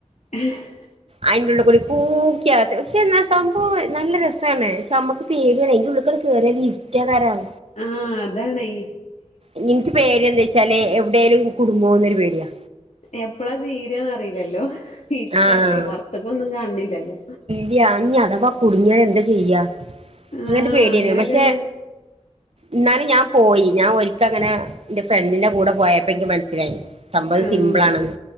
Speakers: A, on the left; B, on the right.
A: <inaudible>
B: അയിന്റ ഉള്ളിക്കൂടി കൂക്കിയ ക്ഷെ അന്ന സംഭവം നല്ല രസാണ് പക്ഷെ നമ്മുക്ക് പേടിയാണ് അയിന്റെ ഉള്ളിക്കൂടെ കേയറിയ ഇരുട്ടെക്കാരം
A: ആഹ് അതാണേ
B: ഇനിക്ക് പേടി എന്താ വെച്ചാല് എവിടേലും കുടുംങ്ങോന്നൊരു പേടിയാ
A: എപ്പളാ തീരെന്ന്റിയില്ലല്ലോ ഇര്ട്ടല്ലേ
B: ആഹ്
A: പുറത്തക്കൊന്നും കാണില്ലല്ലോ
B: ല്യ ഞ്ഞി അഥവാ കുടുങ്ങിയാ എന്താ ചെയ്യാ
A: ആഹ്
B: അങ്ങനത്ത പേടിയ
A: അങ്ങനെയൊക്കെയാണ്
B: പക്ഷെ ഇന്നാലും ഞാൻ പോയി ഞാൻ ഒരിക്ക അങ്ങനെ എന്റെ ഫ്രണ്ടിന്റെ കൂടെ പോയപ്പോ എനിക്ക് മനസ്സിലായി സംഭവം
A: ആഹ്
B: സിമ്പിൾ ആണത്